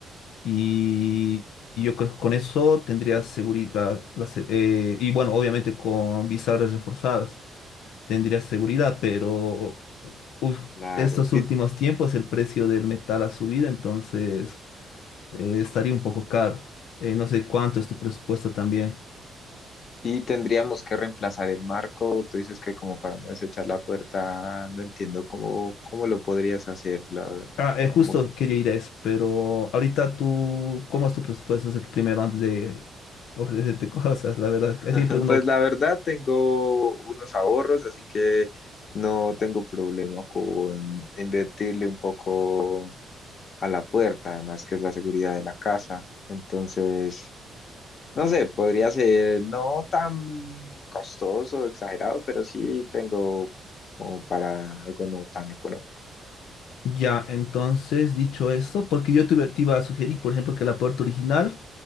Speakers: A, on the left (about 80°); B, on the left (about 55°).
A: Y, y yo creo que con eso tendrías seguridad. la se- eh, y bueno, obviamente con bisagras reforzadas tendrías seguridad, pero uf,
B: Claro.
A: estos
B: ¿Y
A: últimos tiempos el precio del metal ha subido, entonces eh, estaría un poco caro. Eh, no sé cuánto es tu presupuesto también.
B: Y tendríamos que reemplazar el marco. Tú dices que como para no desechar la puerta, no entiendo cómo, cómo lo podrías hacer. la-
A: Ah, eh, justo
B: como-
A: quería ir a eso, pero ahorita tú, ¿cómo es tu presupuesto? Así que primero antes de ofrecerte <laughs> cosas, la verdad, es
B: <laughs>
A: que siempre uno...
B: pues la verdad tengo unos ahorros, así que no tengo problema con invertirle un poco a la puerta, además que es la seguridad de la casa. Entonces, no sé, podría ser no tan costoso, exagerado, pero sí tengo como para algo no tan económico.
A: Ya, entonces, dicho esto, porque yo te, iba te iba a sugerir, por ejemplo, que la puerta original